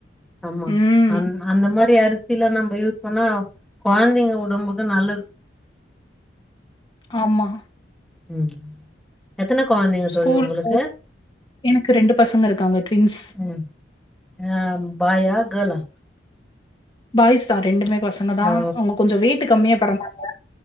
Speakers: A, in the centre; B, on the left.
A: ஆமா
B: ம்.
A: அன் அந்த மாரி அரிசிலா நம்ம யூஸ் பண்ணா கொழ்ந்தைங்க உடம்புக்கு நல்லது
B: ஆமா
A: ம் எத்தன கொழந்தைங்க
B: ஸ்கூலுக்கு
A: தோழி உங்குளுக்கு
B: எனக்கு பசங்க இருக்காங்க. ட்வின்ஸ்.
A: ம் ஆம் பாயா கேலா
B: பாய்ஸ்தா ரெண்டுமே பசங்கதா
A: ஓ
B: அவுங்க கொஞ்சோ வெயிட்டு கம்மியா பெறந்தாங்க